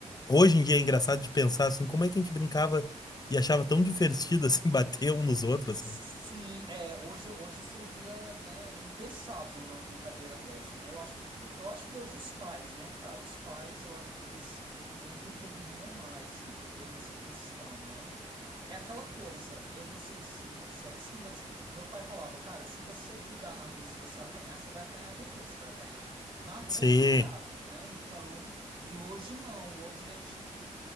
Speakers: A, on the left; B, on the right.
A: Hoje em dia é engraçado de pensar, assim, como é que a gente brincava e achava tão divertido, assim, <laughs> bater um nos outros.
B: Sim,
A: né?
B: é, hoje, hoje seria, né, impensável uma brincadeira dessa, né? Eu acho que eu acho que hoje os pais, né, cara, os pais, eu acho que eles é, interfeririam mais, entendeu, nessa questão, né? É aquela coisa, eu não sei se você era assim, mas meu pai falava, cara, se você brigar na rua e se você apanhar, você vai apanhar duas vezes, você vai apanhar na rua
A: Sim.
B: e em casa, né? Então, e hoje não, hoje é tipo